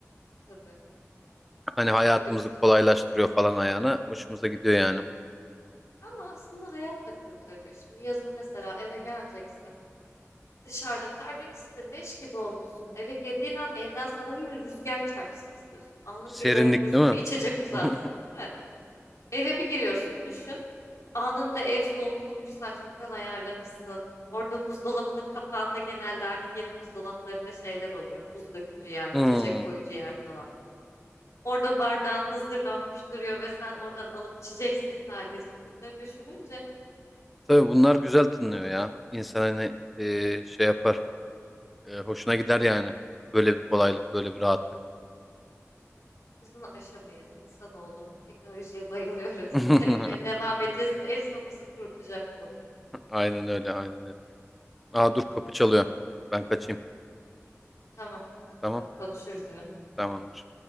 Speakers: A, on the left; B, in the centre.
A: Tabii.
B: Hani hayatımızı
A: Yoksa
B: kolaylaştırıyor falan ayağına. Hoşumuza gidiyor yani.
A: ama aslında hayat da kurtarıyor. Şimdi yazın mesela eve geleceksin. Dışarıda terlemişsin, leş gibi olmuşsun. Eve girdiğin an evden sana bir rüzgar çarpsın istiyorsun. Anlık
B: Serinlik
A: biri böyle buzlu
B: değil
A: bir
B: mi?
A: içecek uzatsın,
B: <laughs>
A: değil mi? Eve bir giriyorsun, düşün. Anında ev soğutulmuş, sen çoktan ayarlamışsın. Orada buzdolabının kapağında genelde artık yeni buzdolaplarında şeyler oluyor. Buz dökücü yer,
B: Hmm.
A: içecek koyucu yer falan. Orada bardağın hazırlanmış duruyor ve sen oradan alıp içeceksin sadece. Hani bunları düşününce
B: Tabii bunlar güzel tınlıyor ya. İnsan hani e, şey yapar. E, hoşuna gider yani. Böyle bir kolaylık, böyle bir rahatlık.
A: biz bunu aşamayız. İnsanoğlu teknolojiye bayılıyoruz.
B: <laughs>
A: <laughs> Sevmeye devam edeceğiz. En son bizi kurutacak bu.
B: Aynen öyle, aynen öyle. Aa dur kapı çalıyor. Ben kaçayım.
A: Tamam,
B: Tamam,
A: tamam konuşuruz yine.
B: tamamdır.